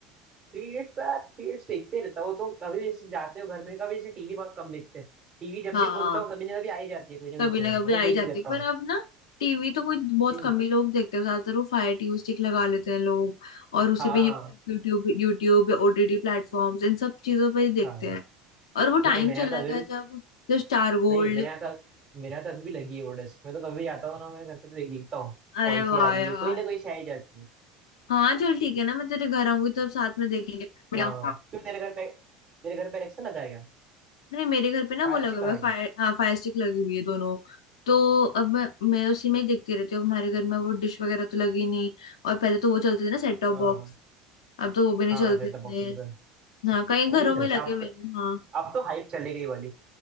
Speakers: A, on the right; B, on the left.
A: थ्री इडियट्स तो यार थ्री इडियट्स देखते रहता हूँ। वो तो कभी जैसे जाते हो घर में कभी जैसे टीवी बहुत कम देखते हैं टीवी जब
B: हाँ
A: भी खोलता हूँ कभी ना कभी आ ही जाती है कोई ना
B: कभी
A: कोई चैनल
B: ना कभी
A: पे तो
B: आ
A: देख
B: ही जाती
A: ही लेता
B: है, पर
A: हूँ मैं
B: अब ना टीवी तो कोई बहुत
A: हम्म
B: कम ही लोग देखते हैं ज्यादातर वो फायर टीवी स्टिक लगा लेते हैं लोग और उसी
A: हाँ
B: पे यूट्यूब यूट्यूब या ओटीटी प्लेटफॉर्म्स इन सब चीजों पे ही देखते
A: हाँ
B: हैं और वो
A: नहीं
B: टाइम
A: मेरे
B: चला
A: यहाँ तो अभी
B: गया जब जब स्टार गोल्ड
A: नहीं मेरे यहाँ तो मेरे यहाँ तो अभी भी लगी है वो डिस्क मैं तो कभी भी जाता हूँ ना मैं घर पे तो देख देखता हूँ
B: अरे
A: कौन सी
B: वाह
A: आ रही
B: यार
A: है कोई ना कोई शायद जाती है
B: हाँ चल ठीक है ना मैं तेरे घर आऊंगी तब साथ में देखेंगे बढ़िया
A: हाँ क्यों तेरे घर पे तेरे घर पे एलेक्सा लगा है क्या
B: नहीं मेरे घर पे ना
A: फायर
B: वो लगा
A: स्टिक
B: हुआ
A: लगा
B: है
A: है
B: फायर
A: क्या
B: हाँ फायर स्टिक लगी हुई है दोनों तो अब मैं मैं उसी में ही देखती रहती हूँ अब हमारे घर में वो डिश वगैरह तो लगी नहीं और पहले तो वो चलते थे ना सेट टॉप
A: हाँ
B: बॉक्स अब तो वो भी नहीं
A: हाँ
B: चलते
A: सेट
B: इतने
A: टॉप बॉक्स पे
B: हाँ कई
A: वो
B: घरों
A: भी नहीं चलता
B: में लगे
A: अब
B: हुए
A: तो
B: हैं हाँ
A: अब तो हाइप चले गई वाली